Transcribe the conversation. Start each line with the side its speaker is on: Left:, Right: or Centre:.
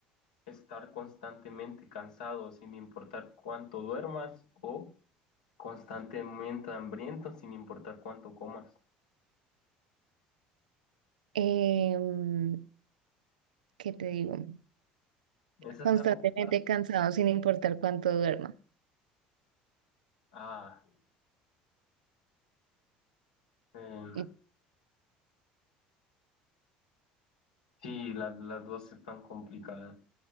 Left: ¿Estar constantemente cansado sin importar cuánto duermas o constantemente hambriento sin importar cuánto comas?
Right: Em, ¿qué te digo?
Left: Esa
Right: Constantemente
Left: está complicada.
Right: cansado sin importar cuánto duerma.
Left: Ah, em,
Right: Y-
Left: sí, la- las dos están complicadas.